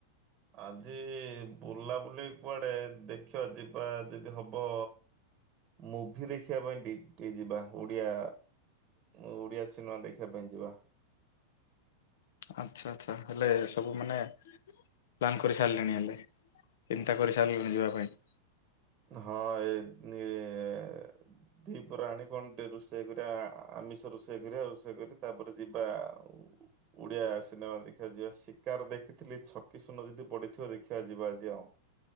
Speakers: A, on the right; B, on the left.
A: ଆଜି ବୁଲାବୁଲି କୁଆଡେ, ଦେଖିବା ଯିବା ଯଦି ହବ। ମୁଭି ଦେଖିବା ପାଇଁ ଡି ଟି ଯିବା ଓଡିଆ ଓଡିଆ ସିନେମା ଦେଖିବା ପାଇଁ ଯିବା।
B: ଆଛା ଆଚ୍ଛା। ହେଲେ ସବୁ ମାନେ ପ୍ଲାନ୍ କରିସାରିଲେଣି ହେଲେ। ଚିନ୍ତା କରିସାରିଲେଣି ଯିବା ପାଇଁ?
A: ହଁ ଏଇ ଏ ଦି ପର ଆଣି କଣ ଟିକେ ରୋଷେଇ କରିବା ଆମିଷ ରୋଷେଇ କରିବା ରୋଷେଇ କରି ତାପରେ ଯିବା ଆଉ ଓଡିଆ ସିନେମା ଦେଖି ଦେଖିଆ ଯିବା ଶିକାର ଦେଖିଥିଲି ଛକି ସୁୂନ ଯଦି ପଡିଥିବ ଦେଖିଆ ଯିବା ଆଜି ଆଉ।